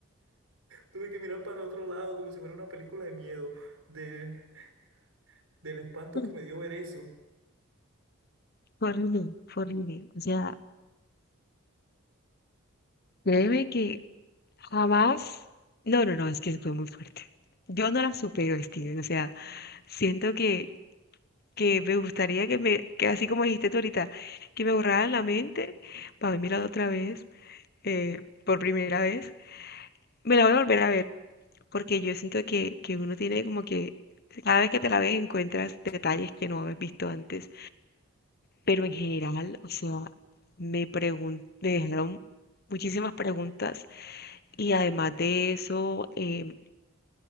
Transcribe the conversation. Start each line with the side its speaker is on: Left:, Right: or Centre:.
Right: tuve que mirar para otro lado como si fuera una película de miedo, de, del espanto
Left: Mm,
Right: que me dio ver eso.
Left: fue horrible, fue horrible. O sea, créeme que jamás. No, no, no, es que fue muy fuerte. Yo no la supero, Steven. O sea, siento que, que me gustaría que me, que así como dijiste tú ahorita, que me borraran la mente para la otra vez, eh, por primera vez. Me la voy a volver a ver, porque yo siento que, que uno tiene como que cada vez que te la ves encuentras detalles que no habías visto antes. Pero en general, o sea, me pregun- me dejaron muchísimas preguntas y además de eso, eh,